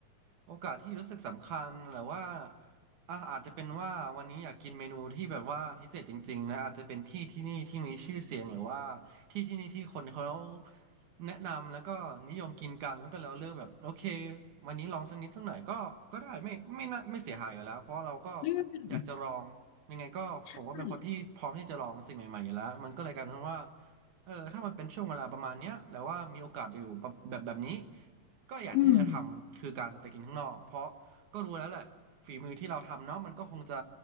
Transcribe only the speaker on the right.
โอกาสที่รู้สึกสำคัญหรือว่าอ่ะอาจจะเป็นว่าวันนี้อยากกินเมนูที่แบบว่าพิเศษจริงๆนะอาจจะเป็นที่ที่นี่ที่มีชื่อเสียงหรือว่าที่ที่นี่ที่คนเขาแนะนำแล้วก็นิยมกินกันแล้วก็เราเลือกแบบโอเควันนี้ลองสักนิดสักหน่อยก็ก็ได้ไม่ไม่น่าไม่เสียหายอยู่แล้วเพราะเราก็
อยากจะลองยังไงก็ผมก็เป็นคนที่พร้อมที่จะลองสิ่งใหม่ๆอยู่แล้วมันก็เลยกลายเป็นว่า
เออถ้ามันเป็นช่วงเวลาประมาณเนี้ยแล้วว่ามีโอกาสอยู่แบบแบบแบบนี้ก็อยากที่จะทำคือการไปกินข้างนอกเพราะก็รู้แล้วแหละฝีมือที่เราทำเนาะมันก็คงจะ